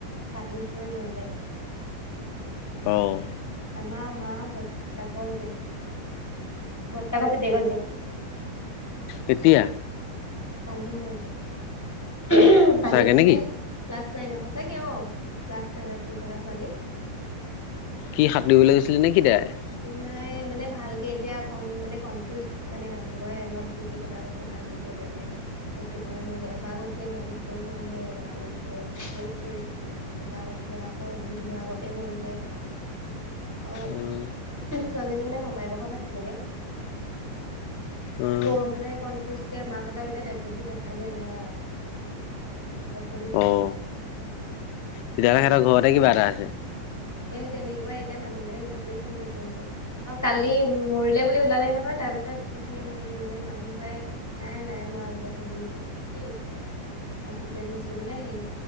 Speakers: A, in the centre; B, on the left.
A: পানীত পৰি মৰিলে।
B: অ'
A: আম মা বতাক জিয়েক বৰৰ্তাক পিতেক জিয়েক
B: কেতিয়া
A: কালি মৰিলে
B: সঁচাকে
A: পানীত
B: নেকি
A: মানে ক্লাছ নাইন সচাকে অ' ক্লাছ নাইনত পঢ়ি থকা ছোৱালী
B: কি সাতৰিবলৈ গৈছিলে নে কি তাই
A: নাই মানে। মানে ভালকে এতিয়া ক মানে কনফিউজ মানে মানুহ ঘৰে অলপ যি কি কথা কৈছে ভালকে কৈ দিয় নাই এইটো কৰি মৰিলে এবাৰ কৈছে নদীত পৰি মৰিলে এবাৰ গৈছে পুখুৰীত পৰি এবাৰ কৈছে আকৌ দুদিনৰ আগতে মৰিলে। অ
B: উম।
A: ছোৱালীজনী মানে মমাইকৰ ঘৰত আছিলেগে
B: উম,
A: অ' মানে কনফিউজ এ মাকহঁতক এতিয়া ডেট বডি দেখাই দিয়া নাই আৰু ডেডবডি চাব
B: অ',
A: নাই
B: তেতিয়াহ'লে সিহঁতৰ ঘৰতে কিবা এটা আছে।
A: সেই তেনেকুৱাই এতিয়া মানুহবিলাকে সেইটোৱেই সন্দেহ কৰিছে আৰু কালি মৰিলে বুলি ওলালে নহয় তাৰ পিছত সেই মান মানে মানুহবোৰে নাই নাই মৰা বোলে হেৰি এইটো কি হস্পিতেল নিছো বোলে সেই